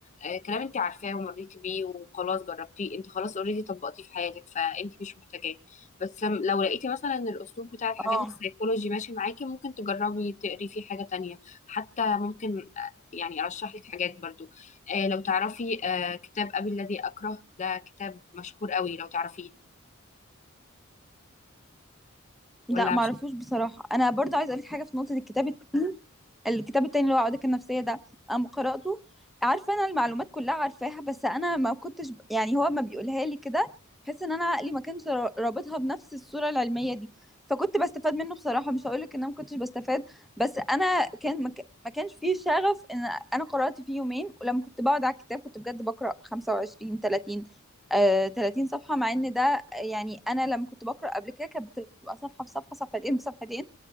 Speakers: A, on the left; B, in the centre.
A: آه، كلام انت عارفاه ومريتي بيه وخلاص جربتيه انت خلاص اوريدي طبقتيه في حياتك فانت مش محتاجاه بس لم- لو لقيتي مثلا ان الاسلوب بتاع الحاجات
B: اه
A: السيكولوجي ماشي معاكي ممكن تجربي تقري فيه حاجة تانية حتى ممكن آه، يعني ارشح لك حاجات برضو آه لو تعرفي آه كتاب ابي الذي اكره ده كتاب مشهور قوي لو تعرفيه
B: لا
A: ولا
B: معرفوش
A: مش
B: بصراحه انا برضو عايزه اقولك حاجه في نقطه الكتاب التاني الكتاب التاني اللي هو عقدك النفسية ده قام قرأته عارفة أنا المعلومات كلها عارفاها بس أنا ما كنتش ب- يعني هو ما بيقولها لي كده بحيث إن أنا عقلي ما كانش را- رابطها بنفس الصورة العلمية دي فكنت بستفاد منه بصراحة مش هقولك إن أنا ما كنتش بستفاد بس أنا كان ما ك- ما كانش فيه شغف إن أنا قرأت فيه يومين ولما كنت بقعد على الكتاب كنت بجد بقرأ 25 30 آه 30 صفحة مع إن ده يعني أنا لما كنت بقرأ قبل كده كانت بتبقى صفحة بصفحة صفحتين بصفحتين